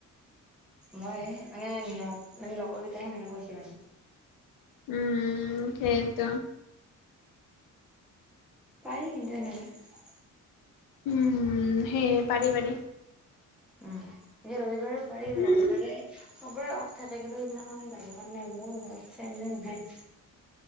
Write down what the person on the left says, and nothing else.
উম সেইত
উম সেইয়ে পাৰি পাৰি।
উম